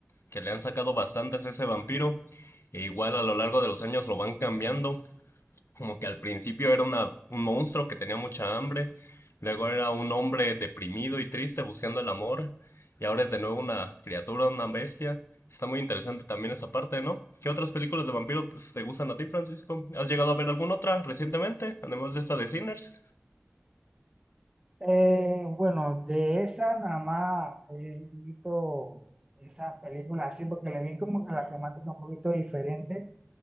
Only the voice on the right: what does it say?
Eh, bueno, de esa nada más eh, he visto esas películas así, porque le vi como que la temática un poquito diferente,